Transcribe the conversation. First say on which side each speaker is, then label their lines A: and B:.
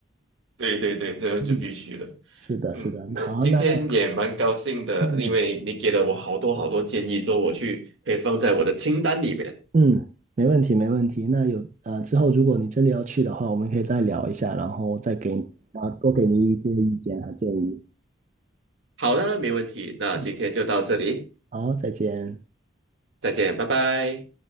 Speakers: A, on the right (about 70°); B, on the right (about 40°).
A: 对对对，这就必须的。
B: 嗯，是的，
A: 嗯，
B: 是的。
A: 那今天也蛮高兴的，
B: 好，那嗯
A: 因为你给了我好多好多建议，说我去可以放在我的清单里面。
B: 嗯，没问题，没问题。那有呃，之后如果你真的要去的话，我们可以再聊一下，然后再给啊多给你一些意见和建议。
A: 好的，没问题。那今天就到这里，
B: 嗯，好，再见。
A: 再见，拜拜。